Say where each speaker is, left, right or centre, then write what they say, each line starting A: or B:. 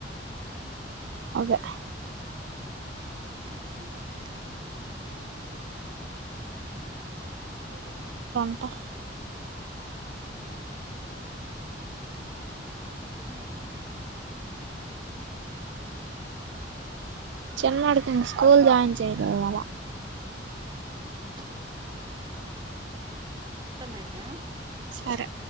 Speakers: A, on the right (about 75°); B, on the right (about 25°).
A: అదే
B: మరేమో రాలేదు మీ పిన్ని పాడాన్నో వస్తనన్నవ్ రాలేదే
A: ప్పా
B: ఉ ఆ అందుకె రాల చ
A: పిల్లడు కి స్కూల్ జాయిన్ చెయాలే ఇవాల
B: ఉహ్ ఉంటున్నాయి అయితే
A: సరే